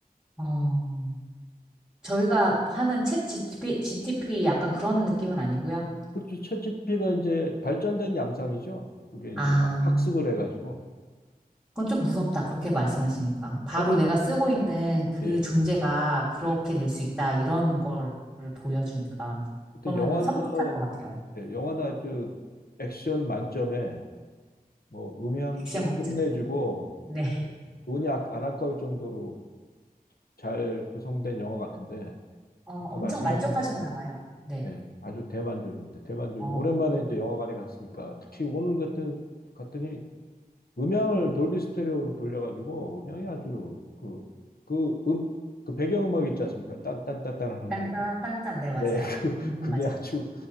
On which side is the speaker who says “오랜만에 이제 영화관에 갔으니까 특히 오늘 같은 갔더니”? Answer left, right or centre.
Left